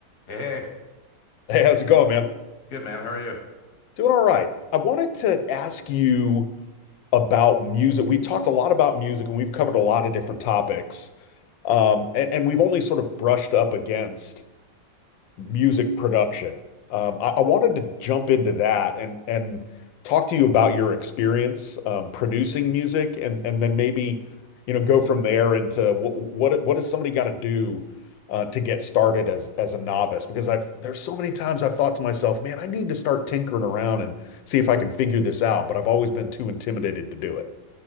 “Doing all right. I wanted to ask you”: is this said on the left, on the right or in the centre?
Left